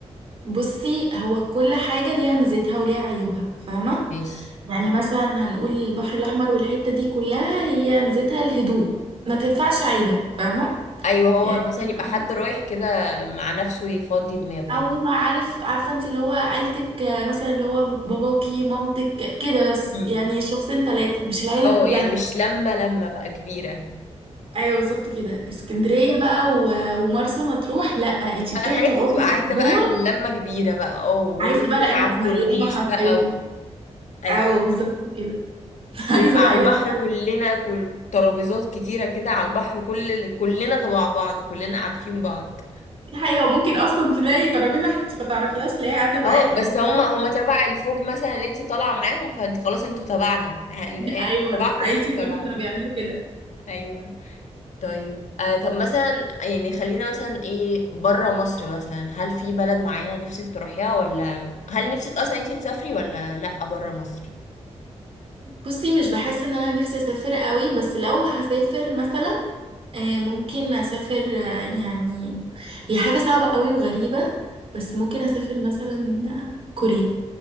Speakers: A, on the right; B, on the left.
A: بصي هو كل حاجة ليها ميزتها وليها عيوبها فاهمة
B: ماشي
A: يعني
B: مم.
A: مثلا هنقول البحر الأحمر والحتة دي كلها هي ميزتها الهدوء ما تنفعش عيلة فاهمة
B: ايوه هو
A: يعني
B: مثلا
A: انتي-
B: يبقى حد رايح كده مع نفسه يفضي دماغه
A: أو
B: يعني
A: ما عارف عارفة انت اللي هو عيلتك آه، مثلا اللي هو باباكي مامتك كده بس
B: امم
A: يعني شخصين تلاتة مش العيلة
B: اه
A: كلها
B: يعني مش لما لما بقى كبيره
A: أيوه بالظبط كده اسكندرية بقى و- ومرسى مطروح لأ انت بتروحي
B: الحاجات
A: تقعدي
B: دي بتبقى عايزة
A: أسبوع
B: بقى لمة كبيرة بقى اه وننزل
A: عايزه بقى العيله
B: على
A: كلها
B: الكورنيش
A: حرفيا
B: بقى و... ايوه
A: او بالظبط كده <laughs> عايزه
B: ويبقى
A: العيله
B: على البحر
A: كلها
B: كلنا كل ترابيزات كتيرة كده على البحر كل كلنا تبع بعض كلنا عارفين بعض
A: دي حقيقه وممكن اصلا تلاقي ترابيزه انت ما تعرفيهاش تلاقيها قاعده معاك
B: اه بس
A: يعني
B: هما هما <laughs> تبع الفوج مثلا اللي انتي طالعة معاهم فانت خلاص انتوا تبعنا يعني
A: <laughs> ايوه
B: احنا تبعكم
A: ده. عيلتي
B: وانتوا
A: برضه
B: تبعنا
A: كانوا بيعملوا كده
B: ايوه طيب آه طب مثلا يعني خلينا مثلا ايه بره مصر مثلا هل في بلد معينة نفسك تروحيها ولا هل نفسك اصلا انتي تسافري ولا لا بره مصر؟
A: بصي مش بحس ان انا نفسي اسافر قوي بس لو هسافر مثلا آه، ممكن اسافر آه، يعني هي حاجه صعبه قوي وغريبه بس ممكن اسافر مثلا آه، كوريا